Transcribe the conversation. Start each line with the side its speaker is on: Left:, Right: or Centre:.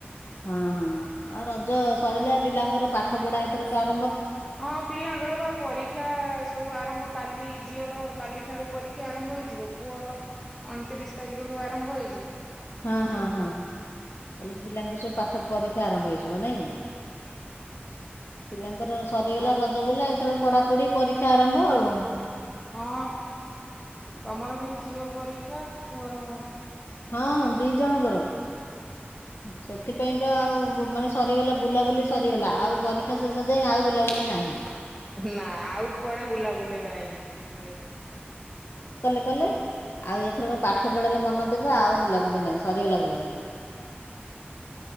Left: ହଁ ହଁ ଆଉ ରଜ ସରିଲା ପିଲାଙ୍କର ପାଠ ପଢା ଏଥର କ ଆ
Centre: ହଁ ପିଲାଙ୍କର ବା ପରୀକ୍ଷା ସବୁ ଆରମ୍ଭ। କାଲି ଝିଅର କାଲି ଠାରୁ ପରୀକ୍ଷା ଆରମ୍ଭ ହେଇଯିବ ପୁଅର ଅଣତିରିଶ ତାରିଖରୁ ଆରମ୍ଭ ହେଇଯିବ। ଏମିତି
Left: ହଁ ହଁ
Centre: ଆଉ।
Left: ହଁ ତାହେଲେ ପିଲାଙ୍କର ସବୁ। ପାଠ ପରୀକ୍ଷା ଆରମ୍ଭ ହେଇଯିବ ନାଇଁ ପିଲା। ତାଙ୍କର ସରିଗଲା
Centre: ଆଉ
Left: ରଜ ବୁଲା। ଏଥର ପଢାପଢି ପରୀକ୍ଷା ଆରମ୍ଭ ଆଉ।
Centre: ହଁ ତମର ବି ଝିଅ ପରୀକ୍ଷା ପୁଅର।
Left: ହଁ ଦି ଜଣଙ୍କର ସେଥିପାଇଁ ତ ଆଉ ମାନେ ସରିଗଲା ବୁଲାବୁଲି ସରିଗଲା ଆଉ ପରୀକ୍ଷା ଶେଷ ଯାଇଁ ଆଉ ବୁଲାବୁଲି ନାହିଁ।
Centre: ନା ଆଉ କୁଆଡେ ବୁଲାବୁଲି ନାଇଁ <inaudible>
Left: ହେଲେ ଆଉ ଏଥର ପାଠ ପଢାରେ ମନ ଦେବେ ଆଉ ବୁଲାବୁଲି ନାଇଁ ସରିଗଲା ବୁଲାବୁଲି।